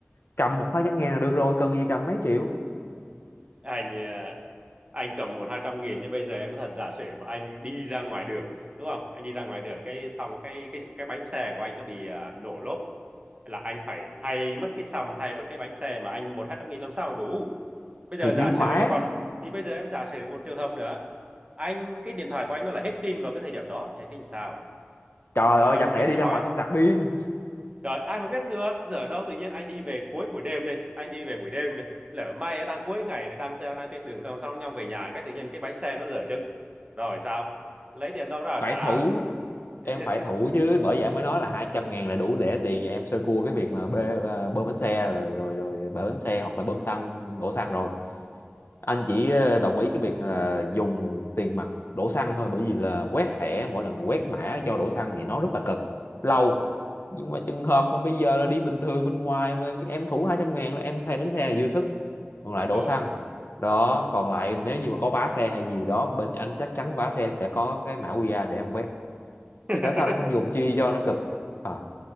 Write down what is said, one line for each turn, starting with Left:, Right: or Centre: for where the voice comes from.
Left: cầm một hai trăm ngàn là được rồi cần gì cầm mấy triệu
Right: anh ờ, anh cầm một hai trăm nghìn chứ bây giờ em nói thật giả sử mà anh đi ra ngoài đường đúng không anh đi ra ngoài đường cái xong cái cái cái bánh xe của anh nó bị à, nổ lốp là anh phải thay mất cái sầm thay mất cái bánh xe mà anh một hai trăm nghìn làm sao mà đủ bây giờ
Left: thì chuyển
Right: giả
Left: khoản
Right: sử là còn thì bây giờ em giả sử một trường hợp nữa anh cái điện thoại của anh nó là hết pin vào cái thời điểm đó thì anh tính sao
Left: Trời
Right: Đấy
Left: ơi
Right: là
Left: chẳng
Right: anh
Left: lẽ đi
Right: anh
Left: ra
Right: hỏi
Left: ngoài không sạc pin
Right: Rồi ai mà biết được giờ đâu tự nhiên anh đi về cuối buổi đêm đi anh đi về buổi đêm đi lỡ may đang cuối ngày thì đang đang đang trên đường xong xong nhau về nhà cái tự nhiên cái bánh xe nó dở chừng rồi sao lấy tiền đâu ra
Left: Phải
Right: trả
Left: thủ
Right: <laughs>
Left: Em phải thủ chứ Bởi vậy em mới nói là 200 ngàn là đủ để tiền cho em sơ cua cái việc mà bê, à, bơm bánh xe rồi rồi rồi bể bánh xe hoặc là bơm xăng đổ xăng rồi anh chỉ ờ, đồng ý cái việc là dùng tiền mặt đổ xăng thôi bởi vì là quét thẻ mỗi lần quét mã cho đổ xăng thì nó rất là cực lâu nhưng mà trường hợp mà bây giờ là đi bình thường bên ngoài mà em thủ 200 ngàn là em thay bánh xe là dư sức còn lại đổ
Right: Thôi
Left: xăng đó còn lại nếu như mà có vá xe hay gì đó bên anh chắc chắn vá xe sẽ có cái mã QR để em quét
Right: <laughs>
Left: thì tại sao lại không dùng chi cho nó cực à